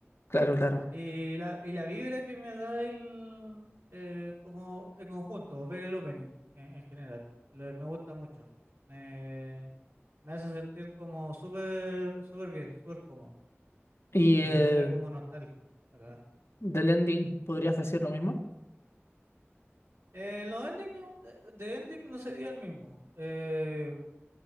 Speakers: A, on the left; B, on the right.
A: claro, claro.
B: Y la, y la vibra que me da el, eh, como en conjunto, ver el opening en, en general, Le- me gusta mucho. Me- me hace sentir como súper, súper bien, súper cómodo.
A: ¿Y
B: Eh,
A: eh,
B: me trae como nostalgia. a cagar.
A: del ending podrías decir lo mismo?
B: Eh, los ending no, eh, de ending no sería el mismo. Eh,